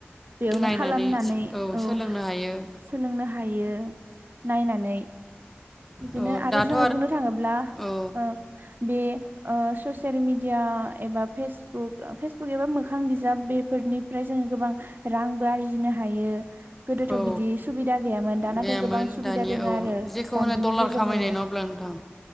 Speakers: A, on the right (about 50°); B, in the centre.
A: बेयावनो
B: नायनानै
A: खालामनानै
B: सो
A: औ
B: सोलोंनो हायो
A: सोलोंनो हायो नायनानै बिदिनो
B: औ
A: आरो
B: दाथ'
A: जोङो बुंनो थाङोब्ला
B: औ
A: ओ बे ओ ससियेल मिेडिया एबा फेसबुक फेसबुक एबा मोखां बिजाब बेफोरनिफ्राय जोङो गोबां रांबो आरजिनो हायो। गोदोथ'
B: औ
A: बिदि सुबिदा गैयामोन दा नाथाय
B: गैयामोन
A: गोबां सुबिदा
B: दानिया
A: दोङो
B: औ
A: आरो
B: जेखौ
A: जानबुंनि
B: होनो डलार
A: गेजेरजोंनो
B: खामायनाय नङा होमब्ला नोंथां